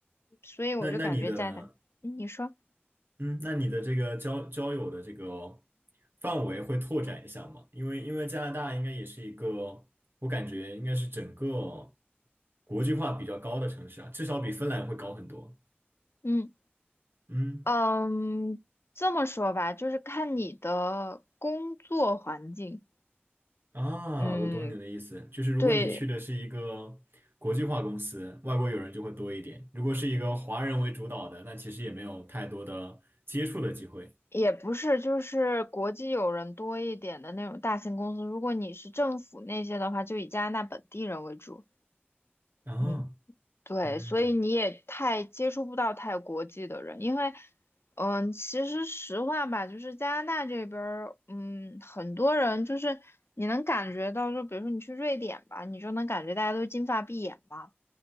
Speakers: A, on the left; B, on the right.
A: 所以我就感觉在的，
B: 那那你的
A: 嗯你说，
B: 嗯，那你的这个交交友的这个范围会拓展一下吗？因为因为加拿大应该也是一个，我感觉应该是整个国际化比较高的城市啊，至少比芬兰会高很多。
A: 嗯
B: 嗯，
A: 嗯，这么说吧，就是看你的工作环境。
B: 啊，
A: 嗯，
B: 我懂你的意思，就是如果你去的是一个国际化公司，
A: 对，
B: 外国友人就会多一点；如果是一个华人为主导的，那其实也没有太多的接触的机会。
A: 也不是，就是国际友人多一点的那种大型公司。如果你是政府那些的话，就以加拿大本地人为主。
B: 啊，
A: 嗯，对，
B: 嗯，
A: 所以你也太接触不到太国际的人，因为，嗯，其实实话吧，就是加拿大这边儿，嗯，很多人就是你能感觉到，就比如说你去瑞典吧，你就能感觉大家都金发碧眼嘛。